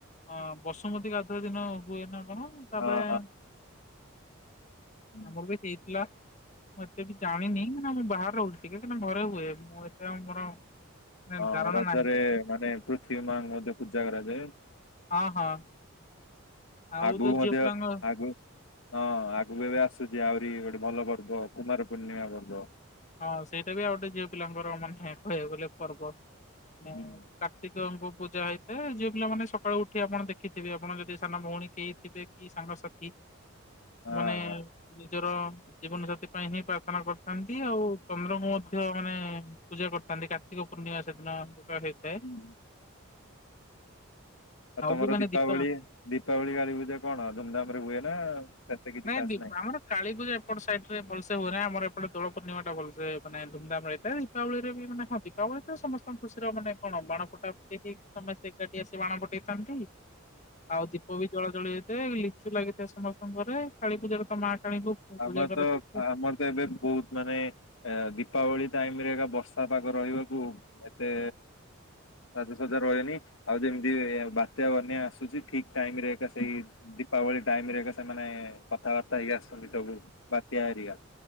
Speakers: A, on the left (about 35°); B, on the left (about 65°).
A: ଅ ବସୁମତୀ ଗାଧୁଆ ଦିନ ହୁଏ ନା। କଣ ତାପରେ
B: ହଁ
A: ଆମର
B: ହଁ।
A: ବି ହେଇଥିଲା ମୁଁ ଏତେ ବି ଜାଣିନି କ ମୁଁ ବାହାରେ ରହୁଛି କାହିଁକିନା ଘରେ ହୁଏ ମୁଁ ଏତେ ଆଉ ମୋର ନାଇଁ
B: ହଁ
A: ଧାରଣା
B: ରଜରେ
A: ନାହିଁ
B: ମାନେ ପୃଥିବୀ ମା <unintelligible> ମ ପୂଜା କରାଯାଏ
A: ହଁ ହଁ ଆଉ
B: ଆଗକୁ
A: ତ ଝିଅ
B: ମଧ୍ୟ
A: ପିଲାଙ୍କ
B: ଆଗକୁ <unintelligible> ହଁ ଆଗକୁ ଏବେ ଆସୁଛି ଆହୁରି ଗୋଟେ ଭଲ ପର୍ବ କୁମାର ପୂର୍ଣ୍ଣିମା ପର୍ବ
A: ହଁ ସେଇଟା ବି ଆଉ ଗୋଟେ ଝିଅ ପିଲାଙ୍କର ମାନେ କହିବାକୁ ଗଲେ ପର୍ବ ମାନ
B: ହୁଁ
A: କାର୍ତ୍ତିକଙ୍କୁ <unintelligible> ପୂଜା ହେଇଥାଏ ଝିଅ ପିଲାମାନେ ସକାଳୁ ଉଠି ଆପଣ ଦେଖିଥିବେ ଆପଣ ଯଦି ସାନ ଭଉଣୀ କେହି ଥିବେ କି ସାଙ୍ଗସାଥି
B: ହଁ
A: ମାନେ
B: ହଁ
A: ନିଜର ଜୀବନ ସାଥି ପାଇଁ ହିଁ ପ୍ରାର୍ଥନା କରିଥାନ୍ତି ଆଉ ଚନ୍ଦ୍ରଙ୍କୁ ମଧ୍ୟ ମାନେ ପୂଜା କରିଥାନ୍ତି କାର୍ତ୍ତିକ ପୂର୍ଣ୍ଣିମା ସେଦିନ ହେଇଥାଏ
B: ହୁଁ। ଆଉ ତମର
A: ବି ମାନେ
B: ଦୀପାବଳି
A: ଦୀପା
B: ଦୀପାବଳି କାଳି ପୂଜା କଣ ଧୁମଧାମ ରେ ହୁଏ ନା? କିଛି
A: ନାଇଁ
B: ଖାସ
A: ଦୀପ
B: ନାହିଁ।
A: ଆମର କାଳୀପୂଜା ଏପଟ ସାଇଡ ରେ ଭଲସେ ହୁଏନି ଆମର ଏପଟେ ଦୋଳ ପୂର୍ଣ୍ଣିମା ଟା ଭଲସେ ମାନେ ଧୁମ ଧାମ୍ ହେଇଥାଏ ଦୀପାବଳିରେ ବି ମାନ ହଁ ଦୀପାବଳିରେ ସମସ୍ତଙ୍କ ଖୁସିରେ <unintelligible> ମାନେ କଣ ବାଣ ଫଟା ଫଟି ହେଇକି ସମସ୍ତେ ଏକାଠି ଆସି ବାଣ ଫଟେଇଥାନ୍ତି। ଆଉ ଦୀପ ବି ଜଳା ଜଳି ଯାଇଥାଏ ଲିଚୁ ଲାଗିଥାଏ ସମସ୍ତଙ୍କରେ କାଳୀପୂଜାାରେ ତ ମା କାଳୀଙ୍କୁ
B: ଆମର
A: ପୂଜା କରାଯାଇଥାଏ
B: ତ ଆମର ତ ଏବେ ବହୁତ ମାନେ ଦୀପାବଳି ଟାଇମରେ ଏକ ବର୍ଷା ପାଗ ରହିବାକୁ ଏତେ ସାଜସଜା ରହେନି ଆଉ ଯେମିତି ବାତ୍ୟା ବନ୍ୟା ଆସୁଛି ଠିକ ଟାଇମ୍ ରେ ଏକା ସେଇ ଦୀପାବଳି ଟାଇମ୍ ରେ ଏକା ସେମାନେ କଥାବାର୍ତ୍ତା ହେଇକି ଆସୁଛନ୍ତି ସବୁ ବାତ୍ୟା ହେରିକା